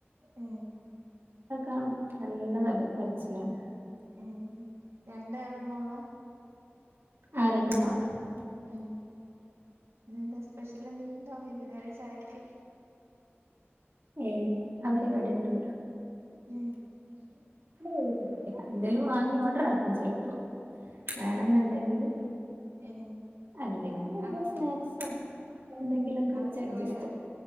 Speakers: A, on the right (about 80°); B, on the right (about 55°).
A: ഹ്
B: ഇതൊക്കെ നല്ല നല്ല കരച്ചിലാണ്
A: ഹ് രണ്ടള് മോള
B: ആ രണ്ട് മോള
A: ഉ എന്താ സ്പെഷ്യൽ എന്തെങ്കിലുംണ്ടോകുന്നേരം ചായക്ക്
B: ഏയ് അപരിപാടിയൊന്നല്ല
A: ഹ്
B: പരിപാടില്ല. എന്തേലും വാങ്ങി ഓർഡർ ആക്കും ചിലപ്പോ വേണെന്നുണ്ടെങ്കില്
A: ഏഹ് ഏഹ്
B: അല്ലെങ്കിൽ എന്താ
A: അവ
B: സ്നാക്സോ എന്തെങ്കിലൊക്കെ
A: ഉം
B: വെച്ച് അഡ്ജസ്റ്റ്
A: അവര് ആ